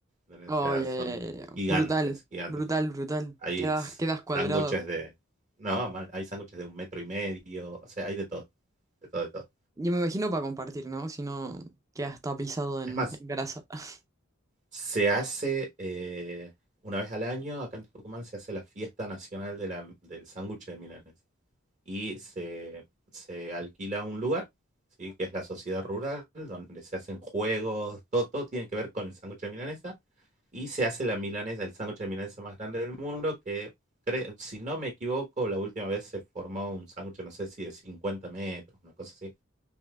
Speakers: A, on the right; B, on the right.
A: O
B: Oye,
A: sea, son gigantes,
B: brutal,
A: gigantes,
B: brutal,
A: gigantes.
B: brutal.
A: Hay
B: Quedas, quedas cuadrado.
A: sándwiches de... No, mal, hay sándwiches de un metro y medio, o sea, hay de todo, de todo, de todo.
B: Yo me imagino para compartir, ¿no? Si no, quedas tapizado en,
A: Es más,
B: en grasa. <laughs>
A: se hace eh, una vez al año, acá en Tucumán se hace la fiesta nacional de la- del sándwich de milanesa. y se, se alquila un lugar, ¿sí? que es la sociedad rural, donde se hacen juegos, todo, todo tiene que ver con el sándwich de milanesa, y se hace la milanesa, el sándwich de milanesa más grande del mundo, que cre- si no me equivoco, la última vez se formó un sándwich, no sé si de 50 metros, una cosa así.